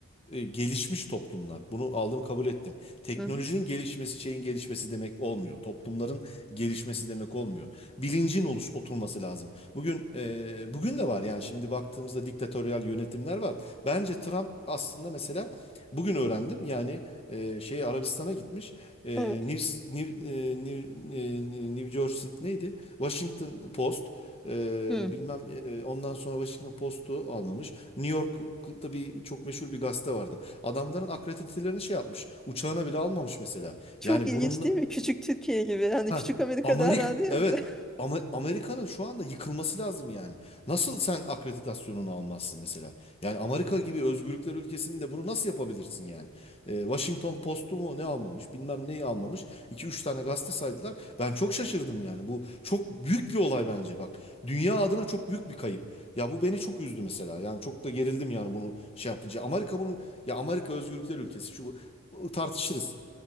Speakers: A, on the left; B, in the centre.
A: e, gelişmiş toplumlar. Bunu aldım kabul ettim. Teknolojinin
B: Hı hı.
A: gelişmesi şeyin gelişmesi demek olmuyor. Toplumların gelişmesi demek olmuyor. Bilincin oluş oturması lazım. Bugün e, bugün de var yani şimdi baktığımızda diktatöryal yönetimler var. Bence Trump aslında mesela bugün öğrendim yani e, şey Arabistan'a gitmiş. E,
B: Evet.
A: News- New, e, New, e, New Jersey neydi? Washington Post ee,
B: Hı.
A: bilmem e, e, ondan sonra Washington Post'u almamış. New York'ta bir çok meşhur bir gazete vardı. Adamların akreditelerini şey yapmış. Uçağına bile almamış mesela.
B: Çok
A: Yani
B: ilginç
A: bunun
B: değil mi? Küçük Türkiye gibi. Hani
A: Ha,
B: küçük Amerika
A: Amerik
B: daha derdi ya
A: evet.
B: bize.
A: Ama Amerika'nın şu anda yıkılması lazım yani. Nasıl sen akreditasyonunu almazsın mesela? Yani Amerika gibi özgürlükler ülkesinde bunu nasıl yapabilirsin yani? Ee, Washington Post'u mu ne almamış, bilmem neyi almamış. iki üç tane gazete saydılar. Ben çok şaşırdım yani. Bu çok büyük bir olay bence bak. Dünya adına çok büyük bir kayıp. Ya bu beni çok üzdü mesela. Yani çok da gerildim yani bunu şey yapınca. Amerika bunu ya Amerika özgürlükler ülkesi şu bu tartışırız.